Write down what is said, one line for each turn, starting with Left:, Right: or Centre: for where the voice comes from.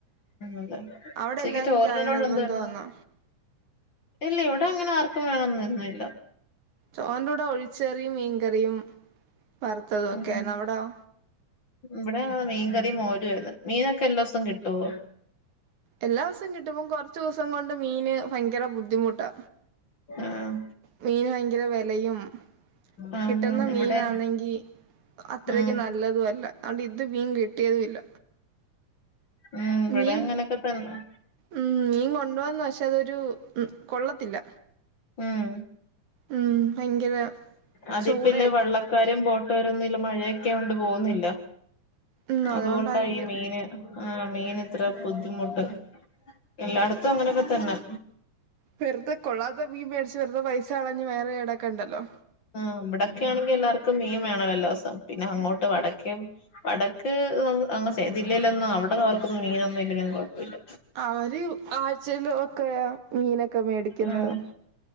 Left: അതെ ഉച്ചയ്ക്ക്
Right: അവിടെ എല്ലാർക്കും
Left: ചോറിൻ്റെ
Right: ചായ
Left: കൂടെ
Right: നിർബന്ധമാന്നോ
Left: എന്തായിരുന്നു ഇല്ല ഇവിടെ അങ്ങനെ ആർക്കും വേണം എന്നൊന്നും ഇല്ല
Right: ചോറിൻ്റെ കൂടെ ഒഴിച്ച് കറിയും മീൻകറിയും വറുത്തതും ഒക്കെ
Left: ഉം
Right: ആയിരുന്നു അവിടെയോ
Left: ഇവിടെ ഞങ്ങള് മീൻ കറിയും മോരുമായിരുന്നു മീനൊക്കെ എല്ലാ ദിവസവും കിട്ടുവോ
Right: എല്ലാ ദിവസവും കിട്ടും ഇപ്പം കൊറച്ച് ദിവസം കൊണ്ട് മീന് ഭയങ്കര ബുദ്ധിമുട്ടാ
Left: ആഹ്
Right: മീന് ഭയങ്കര വിലയും
Left: ആഹ്
Right: കിട്ടുന്ന മീനാണെങ്കി
Left: ഇവിടെ
Right: അത്രയ്ക്ക്
Left: ഉം
Right: നല്ലതുഅല്ല അതി ദ് മീൻ കിട്ടിയതും ഇല്ല
Left: ഉം ഇവിടെ
Right: മീൻ
Left: അങ്ങനൊക്കെ തന്ന
Right: ഉം മീൻ കൊണ്ടന്നു പക്ഷെ അതൊരു ഉം കൊള്ളത്തില്ല
Left: ഉം
Right: ഉം ഭയങ്കര
Left: അതിപ്പ
Right: ചൂടയൊക്കെ
Left: ഇല്ല വള്ളക്കാരും ബോട്ടുകാരൊന്നും ഇല്ല മഴയൊക്കെ ആയോണ്ട് പോന്നില്ല
Right: ഉം അതുകൊണ്ടായിരിക്കും
Left: അതുകൊണ്ടാ ഈ മീന് ആഹ് മീന് ഇത്ര ബുദ്ധിമുട്ട് എല്ലായിടത്തും അങ്ങനൊക്കെ തന്നെ
Right: വെറുതെ കൊള്ളാത്ത മീൻ മേടിച്ച് വെുത പൈസ കളഞ് വയറ് കേടാക്കണ്ടല്ലോ
Left: ആ ഇവിടൊക്കെ ആണെങ്കിൽ എല്ലാർക്കും മീൻ വേണം എല്ലോസം പിന്നെ അങ്ങോട്ട് വടക്കേ വടക്ക് ആ ജില്ലയിലൊന്നും അവിടെ അവർക്കൊന്നും മീനൊന്നും ഇല്ലെങ്കിലും കുഴപ്പല്ല
Right: അവര് ആഴ്ചെലൊക്കെയ മീനൊക്കെ മേടിക്കുന്നത്
Left: ഉം